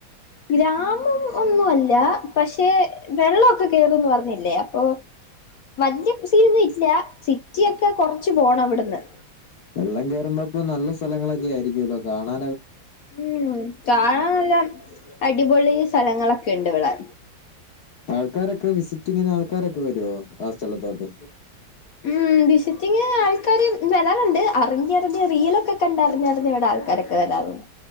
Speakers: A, on the left; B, on the left.
A: ഗ്രാമം ഒന്നു അല്ല പക്ഷെ വെള്ളമൊക്കെ കയറന്ന് പറഞ്ഞില്ലേ അപ്പൊ വല്യ സീൻ ഇല്ല സിറ്റിയൊക്കെ കൊറച്ച പോണം ഇവിടുന്ന്
B: വെള്ളം കയറുമ്പോപ്പോ നല്ല സ്ഥലങ്ങളൊക്കെ ആയിരിക്കുമല്ലോ കാണാ
A: ഉം കാണൻല്ലാം അടിപൊള സ്ഥലങ്ങളൊക്കെ ഉണ്ട് വിടെ
B: ആൾക്കാരൊക്കെ വിസിറ്റിങ്ങിന് ആൾക്കാരൊക്കെ വരുവോ ആ സ്ഥലത്തോട്ട്
A: ഉം വിസിറ്റിങ് ആൾക്കാര് വരാറുണ്ട് അറിഞ്ഞറിഞ്ഞ് റീലൊക്കെ കണ്ടറിഞ്ഞറിഞ് ഇവിടെ ആൾക്കാരൊക്കെ വരാറുണ്ട്